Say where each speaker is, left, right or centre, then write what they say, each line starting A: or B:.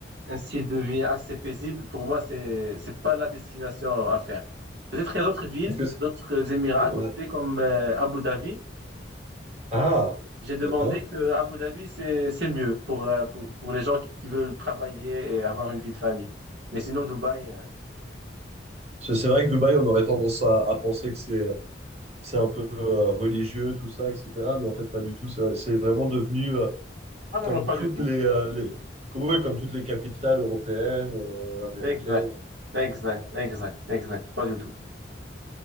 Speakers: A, on the right; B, on the right.
A: un style de vie assez paisible, pour moi, c'est, c'est pas la destination à faire. Peut-être qu'il y a d'autres villes,
B: Parce que c'est-
A: d'autres Émirats
B: ouais.
A: à côté, comme euh, Abu Dhabi.
B: Ah,
A: J'ai demandé
B: d'accord.
A: que Abu Dhabi, c'est, c'est mieux pour, euh, pour, pour les gens qui, qui veulent travailler et avoir une vie de famille. Mais sinon, Dubaï, euh,
B: C'est
A: c'est...
B: c'est vrai que Dubaï, on aurait tendance à, à penser que c'est euh, c'est un peu euh, religieux, tout ça, etc. Mais en fait, pas du tout. C'est c'est vraiment devenu euh,
A: Ah non,
B: comme
A: non, pas
B: toutes
A: du tout.
B: les, euh, les comme, ouais, comme toutes les capitales européennes, euh, américaines.
A: Exact, exact, exact, exact, pas du tout.